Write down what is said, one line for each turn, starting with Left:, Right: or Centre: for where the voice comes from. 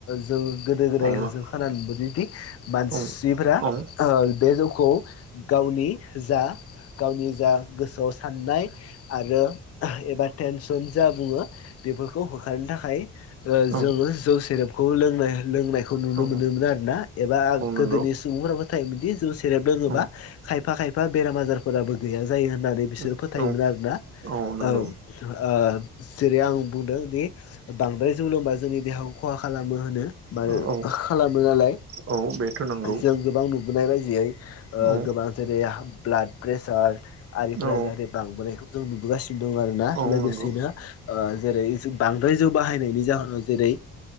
Left: जों गोदो गोदायजों
Right: औ
Left: खोनानो मोनबोदोंदि मानसिफोरा
Right: औ औ
Left: ओ बे जौ खौ गावनि जा गावनि जा गोसोआव साननाय आरो एबा टेनसन जा बुङो बेफोरखौ होखारनो थाखाय ओ
Right: औ
Left: जोङो जौ सेरेबखौ लोंनाय लोंनाय खौ नुनो
Right: औ
Left: मोनोमोन आरोना एबा
Right: औ नंगौ
Left: गोदोनि सुबुंफोरा फोथायोमोन दि जौ सेरेब लोङोबा
Right: औ
Left: खाय फा खायफा बेराम आजारफोराबो गैया जायो होननानै बिसोर
Right: औ
Left: फोथायोमोन आरोना
Right: औ नंगौ
Left: ओं ओ जेरै आं बुंदों दि बांद्राय जौ लोंबा जोंनि देहाखौ खहा खालामो होनो मानो
Right: औ
Left: खालामो नालाय
Right: औ बेथ' नंगौ
Left: जों गोबां नुबोनाय बायदियै ओ
Right: औ
Left: गोबां जेरै ब्लाड प्रेसार आरिफोरा
Right: औ
Left: जाहाथै बांबोनायखौ जों नुबोगासिनो दं आरोना
Right: औ
Left: लोगोसेनो
Right: नंगौ
Left: ओ जेरै जों बांद्राय जौ बाहायनायनि जाहोनाव जेरै